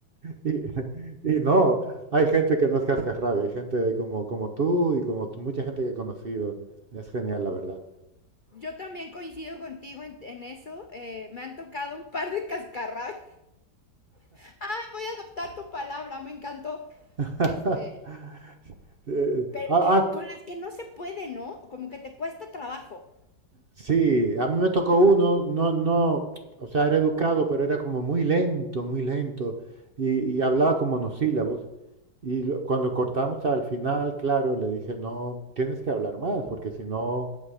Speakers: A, on the right; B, on the left.
A: Y, <laughs> y no, hay gente que no es cascarrabia, hay gente como, como tú y como t- mucha gente que he conocido. Es genial, la verdad.
B: Yo también coincido contigo en, en eso. eh, me han tocado un par de cascarrabias. <laughs> Ay, voy a adoptar tu palabra, me encantó.
A: <laughs>
B: Este,
A: Eh,
B: pero
A: ah,
B: que
A: ah,
B: con las que no se puede, ¿no? Como que te cuesta trabajo.
A: sí, a mí me tocó uno, no, no, o sea, era educado, pero era como muy lento, muy lento, y, y hablaba con monosílabos. Y lo- cuando cortamos al final, claro, le dije, no, tienes que hablar más, porque si no,